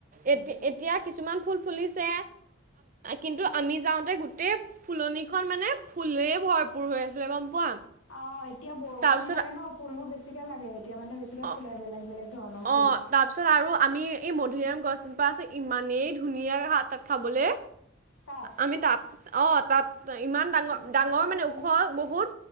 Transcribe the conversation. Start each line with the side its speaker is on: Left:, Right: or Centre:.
Right: এতি-এতিয়া কিছুমান ফুল ফুলিছে, কিন্তু আমি যাওঁতে গোটেই ফুলনিখন মানে ফুলেই ভৰপৰ হৈ আছিলে গম পোৱা।
Left: অ', এতিয়া বৰষুণ
Right: তাৰপিছত
Left: দি থাকে ন ফুলবোৰ বেছিকে লাগে এতিয়া মানে বেছিকে
Right: অ',
Left: ফুলে বেলেগ বেলেগ ধৰণৰ
Right: অ',
Left: ফুল।
Right: তাৰপিছত আৰু আমি এই মধুৰিআম গছজোপা আছে ইমানেই ধুনীয়াকৈ তাত খাবলৈ।
Left: তাত।
Right: আমি তাত অ' তাত ইমান ডাঙৰ
Left: এতিয়াবা
Right: ডাঙৰ
Left: আছেনে
Right: মানে ওখ বহুত